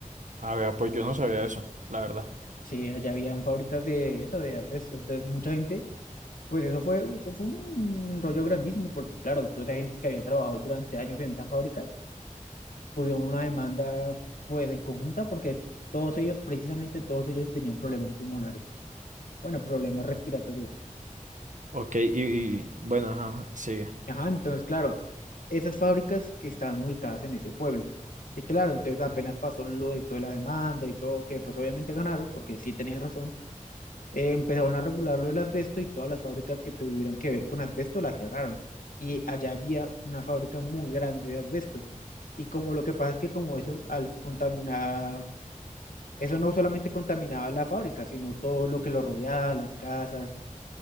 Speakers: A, on the right; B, on the left.
A: A ver, pues yo no sabía eso, la verdad.
B: Sí, allá habían fábricas de eso, de asbesto, entonces mucha gente, pues eso fue, eso fue un rollo grandísimo porque claro, toda esa gente que había trabajado durante años en esa fábrica, pusieron una demanda pues en conjunta porque todos ellos, precisamente todos ellos tenían problemas pulmonares. bueno, problemas respiratorios.
A: Ok, y, y bueno, ajá, ajá, sigue.
B: Ajá, entonces, claro, esas fábricas que estaban ubicadas en ese pueblo. Y claro, entonces apenas pasó lo de toda la demanda y todo, que pues obviamente ganaron, porque sí tenían razón, eh, empezaron a regular lo del asbesto y todas las fábricas que tuvieran que ver con asbesto las cerraron. Y allá había una fábrica muy grande de asbesto. Y como lo que pasa es que como eso, al contaminar, eso no solamente contaminaba la fábrica, sino todo lo que lo rodeaba, las casas